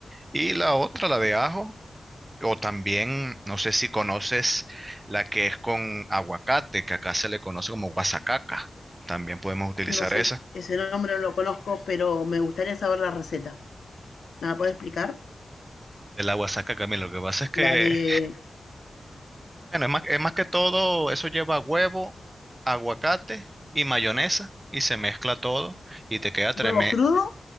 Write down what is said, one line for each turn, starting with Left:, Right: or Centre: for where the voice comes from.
Right: Y la otra, la de ajo, o también, no sé si conoces la que es con aguacate, que acá se le conoce como guasacaca. También podemos utilizar
Left: No sé,
Right: esa.
Left: ese nombre no lo conozco, pero me gustaría saber la receta. ¿Me la
Right: Es-
Left: podés explicar?
Right: De la guasacaca, mira, lo que pasa es que,
Left: ¿La de
Right: bueno, es más, es más que todo, eso lleva huevo, aguacate y mayonesa y se mezcla todo y te queda treme-
Left: huevo crudo